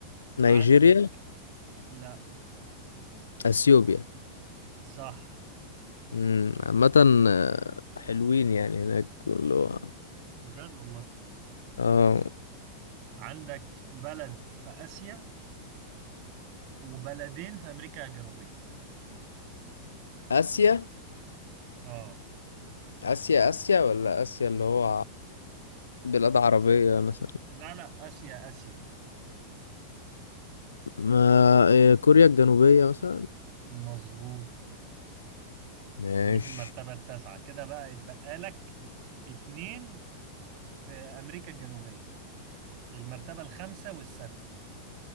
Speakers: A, on the left (about 70°); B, on the right (about 45°).
A: نيجيريا
B: عندك لا
A: اثيوبيا
B: صح
A: امم عامة آه، حلوين يعني هناك كله
B: بجد والله
A: اه
B: عندك بلد في آسيا وبلدين في أمريكا الجنوبية
A: اسيا
B: آه
A: اسيا اسيا ولا اسيا اللي هو بلاد عربية مثلا
B: لا لا آسيا آسيا
A: ما آه، كوريا الجنوبية مثلا
B: مظبوط
A: ماشي
B: دي في المرتبة التاسعة كده بقى يتبقى لك اتنين في أمريكا الجنوبية المرتبة الخامسة والستة